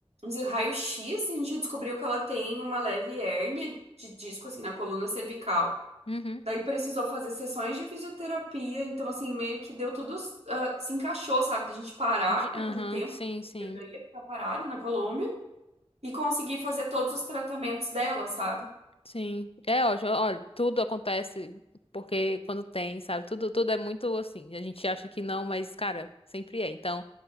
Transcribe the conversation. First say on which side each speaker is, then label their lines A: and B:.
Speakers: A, on the right (about 85°); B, on the left (about 65°).
A: de raio-x e a gente descobriu que ela tem uma leve hérnia de disco, assim, na coluna cervical.
B: Uhum.
A: Daí precisou fazer sessões de fisioterapia, então, assim, meio que deu tudo, ah, se encaixou, sabe, da gente parar
B: De-
A: naquele
B: Aham,
A: tempo.
B: sim, sim,
A: Eu já ia ficar parada na Colômbia e conseguir fazer todos os tratamentos dela, sabe?
B: sim. É ótimo, olha, tudo acontece porque quando tem, sabe? Tudo, tudo é muito assim, a gente acha que não, mas, cara, sempre é. Então,